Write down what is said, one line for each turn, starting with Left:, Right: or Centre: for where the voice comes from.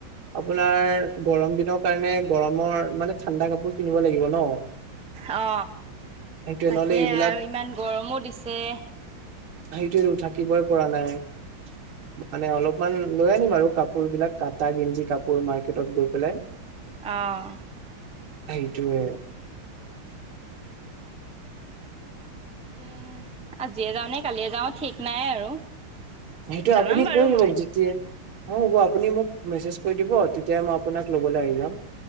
Right: আপোনাৰ গৰম দিনৰ কাৰণে গৰমৰ মানে ঠাণ্ডা কাপোৰ কিনিব লাগিব ন।
Centre: অ
Right: সেইটোৱে
Centre: তাকে
Right: নহ'লে এইবিলাক
Centre: আৰু ইমান গৰমো দিছে।
Right: সেইটোটো থাকিবই পৰা নাই
Centre: উ
Right: মানে অলপমান লৈ আনিম আৰু কাপোৰ বিলাক কটা গিঞ্জি কাপোৰ মাৰ্কেটত গৈ পেলাই
Centre: আহ
Right: সেইটোৱে।
Centre: তাক আজিয়ে যাওঁ নে কালিয়ে যাও ঠিক নাই আৰু
Right: সেইটো
Centre: জনাম
Right: আপুনি
Centre: বাৰু
Right: কৈ দিব
Centre: মই
Right: যেতিয়ে অ হ'ব আপুনি মোক মেছেজ দতিয়া